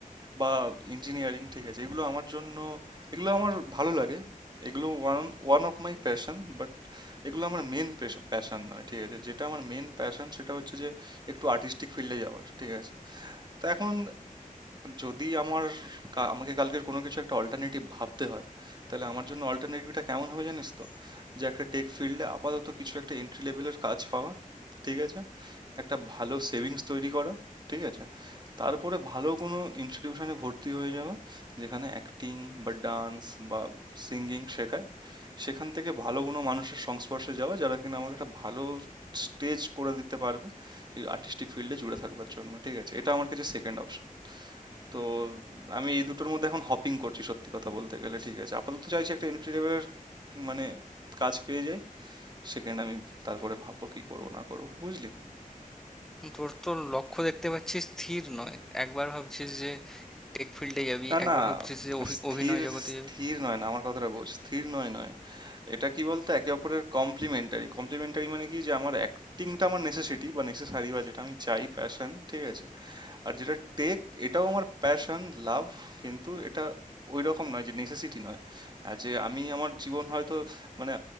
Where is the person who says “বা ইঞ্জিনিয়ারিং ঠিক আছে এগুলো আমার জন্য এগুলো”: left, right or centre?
Right